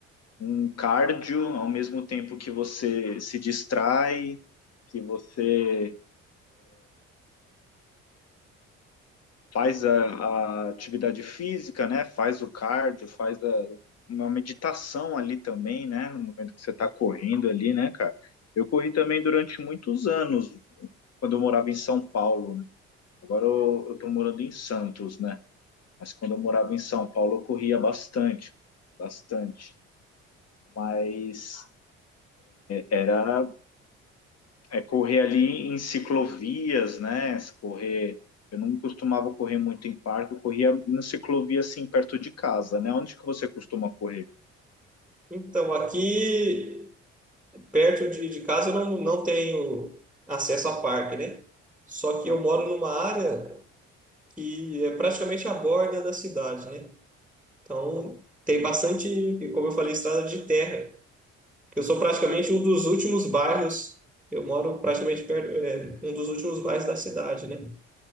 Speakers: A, on the left; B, in the centre.
A: um cardio ao mesmo tempo que você se distrai, que você faz a, a atividade física, né? Faz o cardio, faz a- uma meditação ali também, né? No momento que você está correndo ali, né, cara? Eu corri também durante muitos anos, quando eu morava em São Paulo, né? Agora eu, eu tô morando em Santos, né? Mas quando eu morava em São Paulo, eu corria bastante, bastante. Mas era é correr ali em ciclovias, né? Correr. Eu não costumava correr muito em parque, eu corria em ciclovia assim perto de casa, né? Onde que você costuma correr?
B: Então aqui perto de, de casa eu não, não tenho acesso a parque, né? Só que eu moro numa área que é praticamente a borda da cidade, né? Então, tem bastante, como eu falei, estrada de terra. Eu sou praticamente um dos últimos bairros, eu moro praticamente perto, é, um dos últimos bairros da cidade, né?